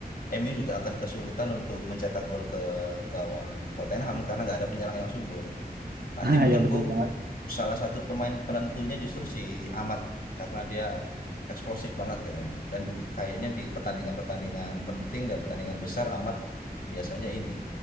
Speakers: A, on the left (about 60°); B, on the right (about 70°).
A: MU juga akan kesulitan untuk mencetak gol ke gawang Tottenham karena nggak ada penyerang yang subur. Nanti
B: Nah
A: menurutku
B: ya betul banget
A: salah satu pemain penentunya justru si Amat karena dia eksplosif banget kayaknya. Dan kayaknya di pertandingan-pertandingan penting dan pertandingan besar Amat biasanya ini